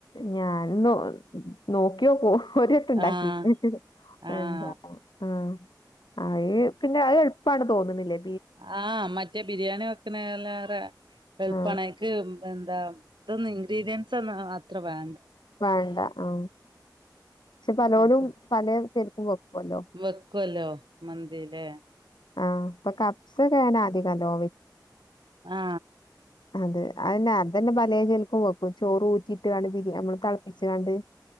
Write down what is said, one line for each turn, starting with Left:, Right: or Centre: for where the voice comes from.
Left: ഞാൻ നോ നോക്കിയോക്കോ ഒരട്ട ഉണ്ടാക്കിട്
Right: ആഹ് ആഹ്
Left: എന്താ ആ ആ പിന്നെ അത് എളുപ്പമാണ് തോന്നുന്നില്ലേ
Right: ആ മറ്റേ ബിരിയാണി വെക്കണ എല്ല എളുപ്പണക്ക്
Left: ആ
Right: എന്താ ഇതൊന്ന് ഇൻഗ്രീഡിയൻറ്സ് ഒന്ന അത്ര വേ
Left: വേണ്ട ആ പക്ഷെ പലോടും
Right: അപ്പൊ
Left: പല ചെർക്കും വെക്കുവല്ലോ
Right: വെക്കുവല്ലോ മന്തില്ലേ
Left: ആ ഇപ്പൊ കപ്സ് കേന അധികംല്ലോ
Right: ആ
Left: അതെ അതന്നെ അത് തന്നെ വല ചെലക്കും വെക്കും ചോറ് ഊറ്റിയിട്ട് കണ്ട് നമ്മള് തെളപ്പിച്ച് കാണ്ട്